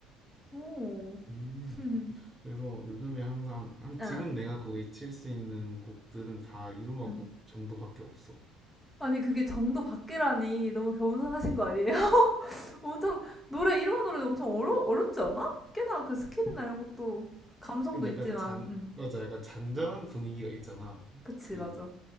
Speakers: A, in the centre; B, on the right.
A: 오.
B: 음.
A: <laughs>
B: 그래서 요즘에 항상 한-
A: 아,
B: 지금 내가 거의 칠 수 있는 곡들은 다 이루마
A: 음.
B: 곡 정도밖에 없어.
A: 아니, 그게 정도 밖이라니. 너무 겸손하신 거 아니에요? 엄청 노래 일본 노래 엄청 어려 어렵지 않아? 꽤나 그 스킬이나 이런 것도 감성도
B: 근데
A: 있지만,
B: 약간 잔
A: 음,
B: 맞아, 약간 잔잔한 분위기가 있잖아.
A: 그치
B: 그
A: 맞아.